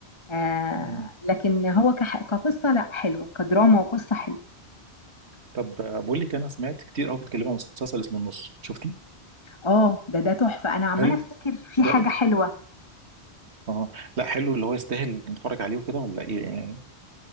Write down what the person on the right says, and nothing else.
مم.
طب آه، بقول لك انا سمعت كتير قوي بيتكلموا عن مسلسل اسمه النص شفتيه
حلو
بجد
اه لا حلو اللي هو يستاهل نتفرج عليه وكده ولا ايه يعني